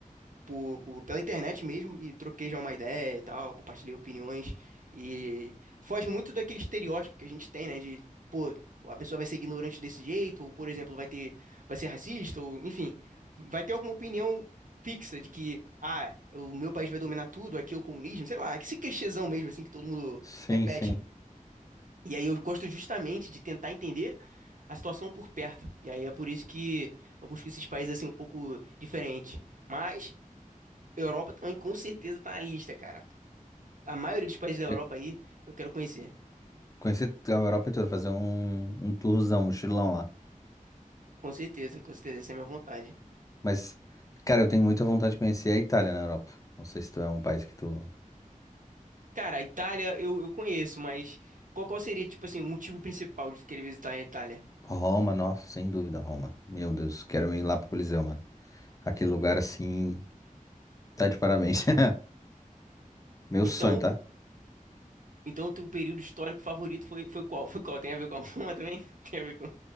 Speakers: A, on the right; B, on the left.
A: por, por- pela internet mesmo e troquei já uma ideia e tal, compartilhei opiniões e foge muito daquele estereótipo que a gente tem, né, de, pô, a pessoa vai ser ignorante desse jeito, ou, por exemplo, vai ter, vai ser racista, ou, enfim, vai ter alguma opinião fixa de que, ah, o meu país vai dominar tudo, aqui é o comunismo, sei lá, esse clichêzão mesmo, assim, que todo mundo
B: Sim,
A: repete.
B: sim.
A: E aí eu gosto justamente de tentar entender a situação por perto. E aí é por isso que eu busco esses países, assim, um pouco diferentes. Mas... Europa também com certeza tá na lista, cara. A maioria dos países da
B: Pe-
A: Europa aí eu quero conhecer.
B: Conhecer a Europa toda, fazer um, um tourzão, mochilão lá.
A: Com certeza, com certeza, essa é a minha vontade.
B: Mas, cara, eu tenho muita vontade de conhecer a Itália na Europa. Não sei se tu é um país que tu.
A: Cara, a Itália eu, eu conheço, mas qual, qual seria, tipo assim, o motivo principal de tu querer visitar a Itália?
B: Roma, nossa, sem dúvida, Roma. Meu Deus, quero ir lá pro Coliseu, mano. Aquele lugar assim, tá de parabéns. <laughs> Meu
A: Então,
B: sonho, tá?
A: então o teu período histórico favorito foi, foi qual? <laughs> Foi qual? Tem a ver com a Roma também? <laughs> Tem a ver com...